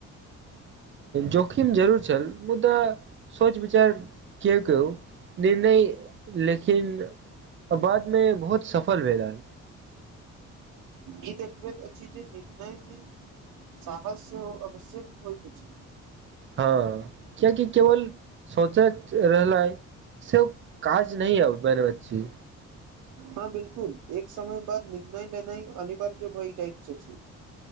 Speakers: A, on the right; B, on the right.
A: जोखिम जरूर छल मुदा सोच विचार किएकऽ निर्णय लेकिन आ बाद मे बहुत सफल भेलेए।
B: ई देखबैत अछि जे निर्णय मे साहस सेहो आवश्यक होइत अछि।
A: हँऽ कियेकि केवल सोचैत रहलाइ से ओ काज नै अ बड़ अच्ची।
B: हँ बिलकुल एक समय बाद निर्णय लेनाइ अनिवार्य भए जाएत छछी।